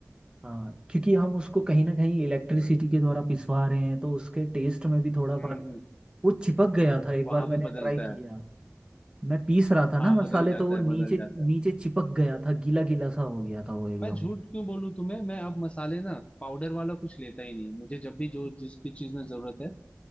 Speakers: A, on the right; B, on the left.
A: हाँ क्योंकि हम उसको कहीं ना कहीं इलेक्ट्रिसिटी के द्वारा पिसवा रहे हैं तो उसके टेस्ट में भी थोड़ा
B: हम्म,
A: फर्क वो चिपक गया था एक
B: वहां
A: बार मैंने
B: पे बदलता
A: ट्राई किया
B: है
A: मैं पीस रहा था ना
B: हाँ
A: मसाले
B: बदल जाता
A: तो वो
B: है
A: नीचे
B: बदल जाता
A: नीचे
B: है
A: चिपक गया था गीला गीला सा हो गया था वो एकदम
B: मैं झूठ क्यों बोलूं तुम्हें मैं अब मसाले ना पाउडर वाला कुछ लेता ही नहीं मुझे जब भी जो जिस भी चीज में जरूरत है